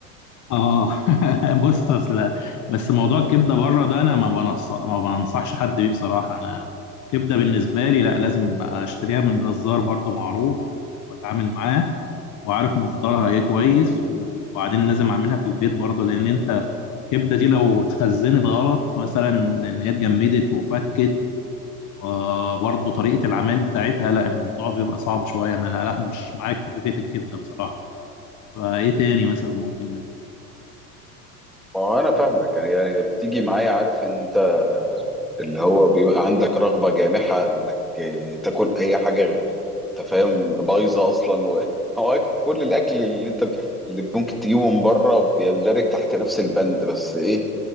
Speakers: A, on the left (about 40°); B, in the centre.
A: آه <laughs> بص أصل بس موضوع الكبدة بره ده أنا ما بنص... ما بنصحش حد بيه بصراحة أنا كبدة بالنسبة لي لأ لازم أشتريها من جزار برضو معروف وأتعامل معاه وعارف مصدرها ايه كويس
B: ده
A: وبعدين لازم اعملها في البيت برضه لان انت الكبده دي لو اتخزنت غلط مثلا ان هي اتجمدت وفكت وبرضه طريقه العمل بتاعتها لا الموضوع بيبقى صعب شويه انا لا, لا مش معاك في فكره الكبده بصراحه فايه تاني مثلا ممكن نعمل؟
B: ما هو انا فاهمك يعني يعني بتيجي معايا عارف انت اللي هو بيبقى عندك رغبه جامحه انك تاكل اي حاجه غير- انت فاهم بايظه اصلا و... <laughs> ما هو كل الاكل اللي انت اللي ممكن تجيبه من بره بيندرج تحت نفس البند بس ايه